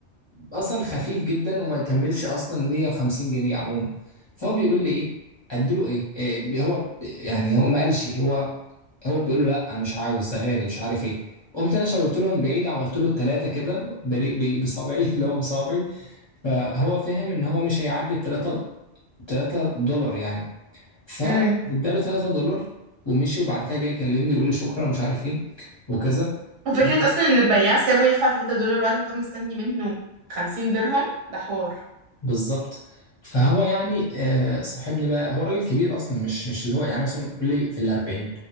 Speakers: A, on the left; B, on the right.
A: اصلا خفيف جدا وما يكملش اصلا 150 جنيه عموما فهو بيقول لي ايه اديله ايه آه هو يعني هو ما قالش هو هو بيقول له لا انا مش عاوز ده غالي مش عارف ايه قمت انا شاورت له من بعيد عملت له التلاتة كده بري- ب- بصابعي <laughs> اللي هو بصابعي فهو فهم ان هو مش هيعدي التلاتة 3 دولار يعني فاداله
B: امم
A: 3 دولار ومشي وبعد كده جاي يكلمني يقول لي شكرا مش عارف ايه وكذا
B: وفكرة
A: و-
B: أصلا إن البياع سابه يدفع 3 دولار بعد ما كان مستني منه 50 درهم ده حوار
A: بالظبط فهو يعني آه، صاحبني بقى هو راجل كبير اصلا مش مش اللي هو يعني مثلا يقول لي في الاربعين